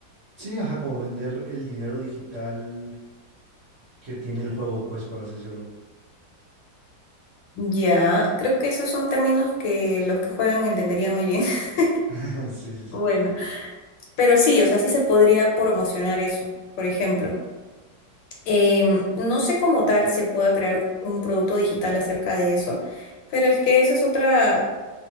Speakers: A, on the right; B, on the left.
A: Sí, ajá, como vender el dinero digital que tiene el juego, pues, por así decirlo.
B: Ya, creo que esos son términos que los que juegan entenderían muy bien. <laughs>
A: <laughs> Sí, sí, sí.
B: Bueno, pero sí, o sea, sí se podría promocionar eso. Por ejemplo, em, no sé cómo tal se pueda crear un producto digital acerca de eso, pero es que eso es otra,